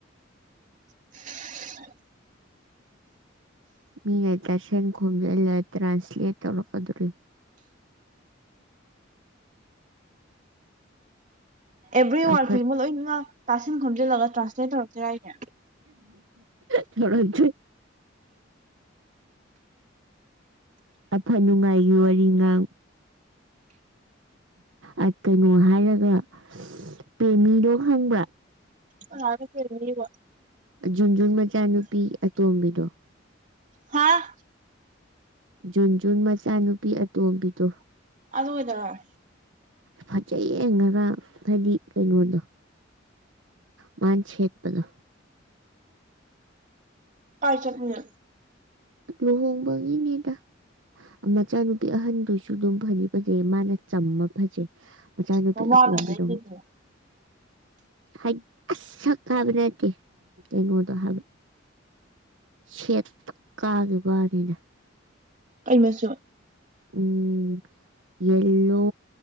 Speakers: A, on the right; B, on the right.
A: <inaudible>
B: ꯃꯤꯅ ꯇꯥꯁꯦꯤꯟ ꯈꯣꯝꯖꯤꯜꯂ ꯇ꯭ꯔꯥꯟꯁꯂꯦꯠ ꯇꯧꯔꯛꯀꯗꯧꯔꯤꯝ
A: ꯑꯦꯚ꯭ꯔꯤ
B: ꯆꯥꯎꯈꯠ
A: ꯋꯥꯔꯗ ꯈꯨꯗꯤꯡꯃꯛ ꯂꯣꯏꯅꯃꯛ ꯇꯥꯁꯤꯟ ꯈꯣꯝꯖꯤꯜꯂꯒ ꯇ꯭ꯔꯥꯟꯁꯂꯦꯠ ꯇꯧꯔꯛꯇꯨꯏꯔ ꯍꯏꯁꯦ
B: ꯇꯧꯔꯛꯇꯨꯏ ꯑꯐ ꯅꯨꯡꯉꯥꯏꯒꯤ ꯋꯥꯔꯤ ꯉꯥꯡꯉꯨ ꯑꯥ ꯀꯩꯅꯣ ꯍꯥꯏꯔꯒ ꯄꯦꯃꯤꯗꯣ ꯈꯪꯕ꯭ꯔꯥ
A: ꯀꯅꯥꯅꯣ ꯄꯦꯃꯤꯕꯣ
B: ꯖꯨꯟꯖꯨꯟ ꯃꯆꯥꯅꯨꯄꯤ ꯑꯇꯣꯝꯕꯤꯗꯣ
A: ꯍꯥꯥ
B: ꯖꯨꯟꯖꯨꯟ ꯃꯆꯥꯅꯨꯄꯤ ꯑꯇꯣꯝꯕꯤꯗꯣ
A: ꯑꯗꯨ ꯀꯩꯗꯧꯔꯦ
B: ꯐꯖꯩꯌꯦ ꯉꯔꯥꯡ ꯍꯥꯏꯗꯤ ꯀꯩꯅꯣꯗꯣ ꯃꯥꯟ ꯁꯦꯠꯄꯗꯣ
A: ꯀꯥꯏ ꯆꯠꯂꯨꯏꯅꯣ
B: ꯂꯨꯍꯣꯡꯕꯒꯤꯅꯤꯗ ꯃꯆꯥꯅꯨꯄꯤ ꯑꯍꯟꯗꯨꯁꯨ ꯗꯨꯝ ꯐꯗꯤ ꯐꯖꯩ ꯃꯥꯅ ꯆꯝꯃ ꯐꯖꯩ ꯃꯆꯥꯅꯨꯄꯤ
A: ꯃꯃꯥ
B: ꯑꯇꯣꯝꯕꯤꯗꯣ
A: ꯐꯖꯩꯗꯨꯗꯤ
B: ꯍꯥꯏꯠ ꯑꯁ ꯁꯛ ꯍꯥꯏꯕ ꯅꯠꯇꯦ ꯀꯩꯅꯣꯗ ꯍꯥꯏꯕ ꯁꯦꯠ ꯐꯛꯀꯥꯒꯤꯕꯋꯥꯅꯤꯗ
A: ꯀꯩꯃꯆꯨ
B: ꯎꯝ ꯌꯦꯜꯂꯣ